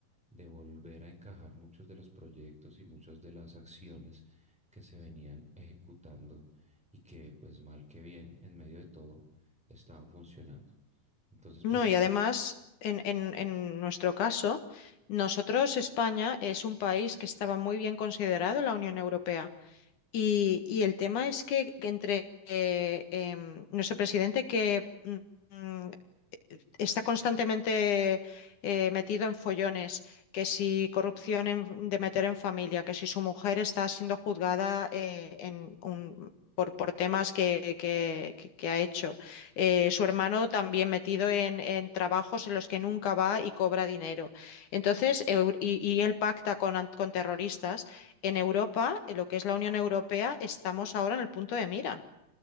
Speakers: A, in the centre; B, on the left (about 70°).
A: de volver a encajar muchos de los proyectos y muchas de las acciones que se venían ejecutando y que pues mal que bien en medio de todo estaban funcionando. Entonces
B: No,
A: pues nada,
B: y además, en, en, en nuestro caso, nosotros, España, es un país que estaba muy bien considerado en la Unión Europea. Y, y el tema es que que entre eh, em, nuestro presidente que mm, está constantemente eh, metido en follones, que si corrupción en- de meter en familia, que si su mujer está siendo juzgada eh, en un- por, por temas que, que- que- que ha hecho. Eh, su hermano también metido en, en trabajos en los que nunca va y cobra dinero. Entonces, Eu- y, y él pacta con, an- con terroristas. En Europa, en lo que es la Unión Europea, estamos ahora en el punto de mira.